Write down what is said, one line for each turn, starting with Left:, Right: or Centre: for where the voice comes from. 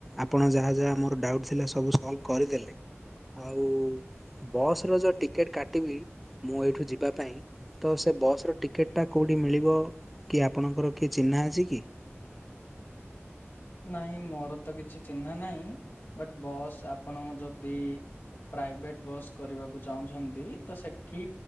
Centre: ଆପଣ ଯାହା ଯାହା ମୋର ଡ଼ାଉଟ୍ ଥିଲା ସବୁ ସଲଭ୍ କରିଦେଲେ। ଆଉ ବସ୍ ର ଯୋଉ ଟିକେଟ କାଟିବି ମୁଁ ଏଇଠୁ ଯିବା ପାଇଁ ତ ସେ ବସ୍ ର ଟିକେଟ୍ ଟା କୋଉଠି ମିଳିବ କି ଆପଣଙ୍କର କିଏ ଚିହ୍ନା ଅଛି କି?
Left: ନାହିଁ ମୋର ତ କିଛି ଚିହ୍ନା ନାହିଁ ବଟ୍ ବସ୍ ଆପଣଙ୍କ ଯଦି ପ୍ରାଇଭେଟ୍ ବସ୍ କରିବାକୁ ଚାହୁଁଛନ୍ତି ତ ସେଠି